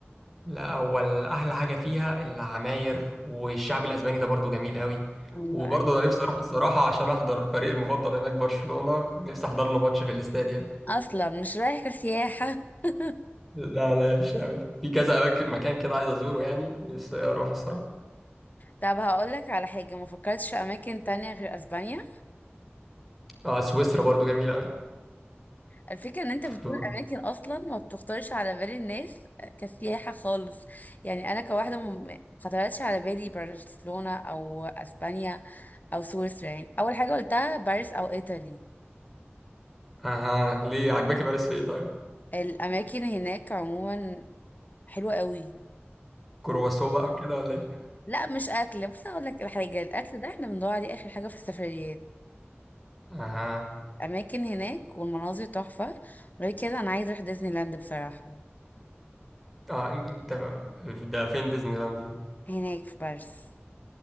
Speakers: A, in the centre; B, on the left.
A: لا أول أحلى حاجة فيها العماير والشعب الأسباني ده برضو جميل أوي
B: ايوه
A: وبرضه
B: ايوه
A: أنا نفسي أروح الصراحة عشان أحضر الفريق المفضل هناك برشلونة نفسي أحضر له ماتش في الاستاد يعني
B: اصلا مش رايح كسياحة <laughs>
A: لا لا مش قوي في كذا اماكن مكان كده عايز ازوره يعني نفسي اروح الصراحه
B: طب هقولك على حاجة ما فكرتش في اماكن تانية غير اسبانيا
A: اه سويسرا برضو جميله قوي
B: الفكرة ان انت
A: <laughs>
B: بتقول اماكن اصلا ما بتخطرش على بال الناس كسياحة خالص يعني انا كواحدة م- ما خطرتش على بالي برشلونة او اسبانيا او سويسرا يعني اول حاجة قلتها باريس او ايطالي
A: اها ليه عجبك باريس في ايه طيب
B: الاماكن هناك عموما حلوة قوي
A: كرواسو
B: و...
A: بقى وكده ولا ايه
B: لا مش اكل بس اقول لك الحاجة الاكل ده احنا بندور عليه اخر حاجة في السفريات
A: اها
B: الاماكن هناك والمناظر تحفة غير كده انا عايز اروح ديزني لاند بصراحة
A: اه انت ده فين ديزني لاند دي
B: هناك في باريس